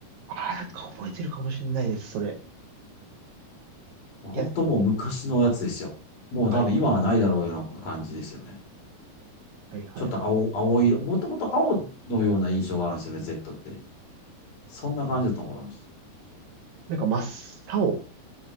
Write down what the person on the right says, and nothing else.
ああ、なんか覚えてるかもしれないです、それ。
いや、
はい、はい、はい、
はい。
なんか真っ青。